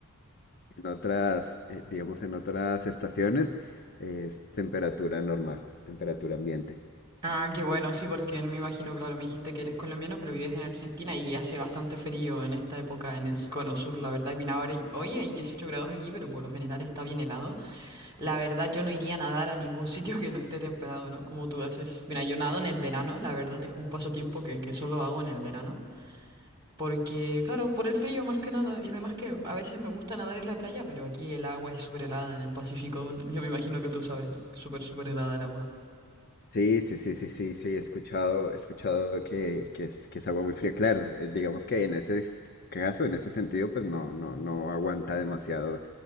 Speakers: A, on the left; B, on the right.
A: en otras, eh, digamos, en otras estaciones es temperatura normal, temperatura ambiente.
B: Ah, qué bueno, sí, porque me imagino, claro, me dijiste que eres colombiano, pero vives en Argentina y hace bastante frío en esta época en el cono sur, la verdad. Y bien, ahora, hoy hay 18 grados aquí, pero por lo general está bien helado. La verdad, yo no iría a nadar a ningún <laughs> sitio que no esté templado, ¿no? Como tú haces. Mira, yo nado en el verano, la verdad es un pasatiempo que, que solo hago en el verano. Porque, claro, por el frío más que nada. Y además que a veces me gusta nadar en la playa, pero aquí el agua es súper helada en el Pacífico. Yo me imagino que tú sabes, ¿no? Es súper, súper helada el agua.
A: Sí, sí, sí, sí, sí, sí, he escuchado, he escuchado que, que es, que es agua muy fría. Claro, eh, digamos que en ese s- caso, en ese sentido, pues no, no, no aguanta demasiado